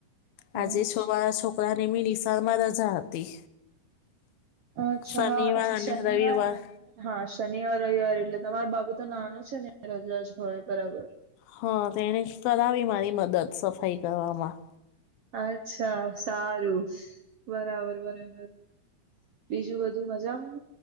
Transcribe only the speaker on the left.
આજે છો મારા છોકરાને મી નિશાળમાં રજા હતી
શનિવાર
અને
રવિવાર
હા તેને કરાવી મારી મદદ સફાઈ કરવામાં